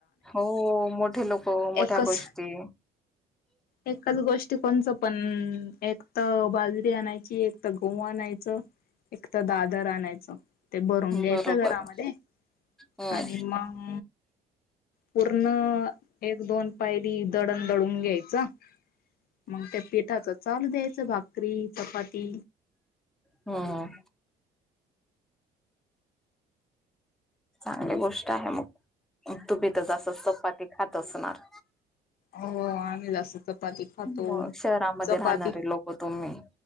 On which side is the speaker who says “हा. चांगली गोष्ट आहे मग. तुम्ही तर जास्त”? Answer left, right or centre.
Centre